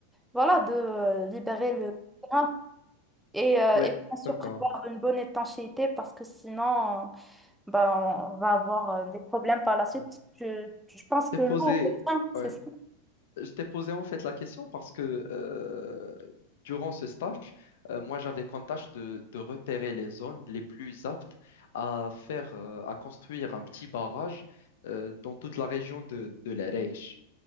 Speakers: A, in the centre; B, on the left.
A: voilà, de euh, libérer le terrain et, euh,
B: Ouais,
A: et bien sûr
B: d'accord.
A: prévoir une bonne étanchéité parce que sinon, euh, ben, on va avoir euh, des problèmes par la suite.
B: Ouais.
A: parce que Je, je pense que
B: T'es posé,
A: l'eau, au terrain, c'est
B: ouais.
A: ça.
B: Je t'ai posé en fait la question parce que euh, durant ce stage, euh, moi j'avais comme tâche de, de repérer les zones les plus aptes à faire, euh, à construire un petit barrage euh, dans toute la région de, de l'Erech.